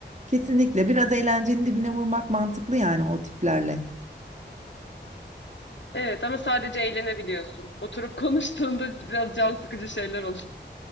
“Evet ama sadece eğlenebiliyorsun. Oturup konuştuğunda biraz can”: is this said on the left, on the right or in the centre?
Left